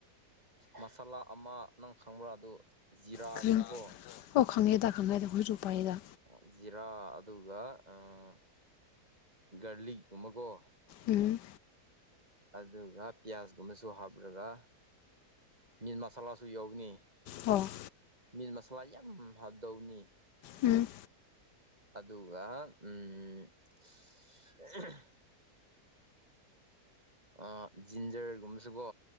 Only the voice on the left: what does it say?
ꯀꯔꯤ ꯑꯣ ꯈꯪꯉꯦꯗ ꯈꯪꯉꯦꯗ ꯑꯩꯈꯣꯏꯁꯨ ꯄꯥꯏꯑꯗ
ꯎꯝ
ꯑꯣ
ꯎꯝ